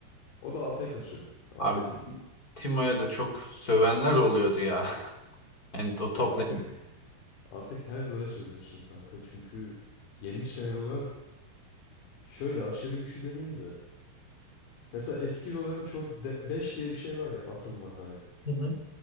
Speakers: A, on the left; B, on the left.
A: O da AP kasıyor. AD
B: Abi
A: değil.
B: Timo'ya da çok sövenler oluyordu ya. <laughs> Yani o top
A: Ya artık
B: lane.
A: artık her hero'ya sövüyorsun kanka. Çünkü yeni çıkan hero'lar şöyle aşırı güçlü demeyeyim de. Mesela eski hero'ların çok de- dash diye bir şey var ya atılma hani.
B: Hı hı.